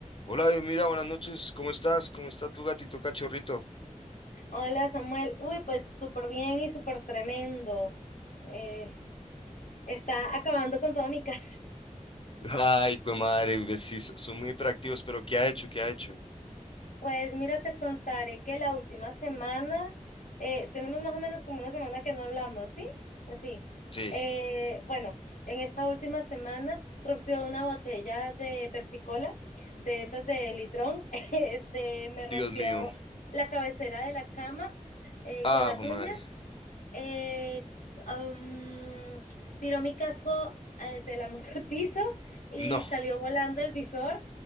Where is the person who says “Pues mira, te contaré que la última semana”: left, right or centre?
Left